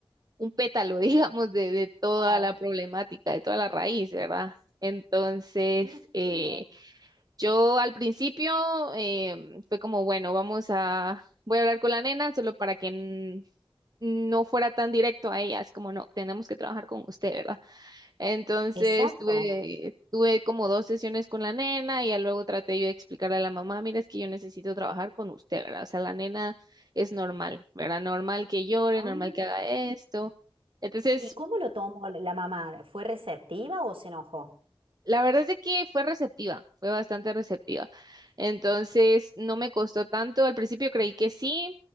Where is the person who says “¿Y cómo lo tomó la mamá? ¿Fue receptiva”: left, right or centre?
Right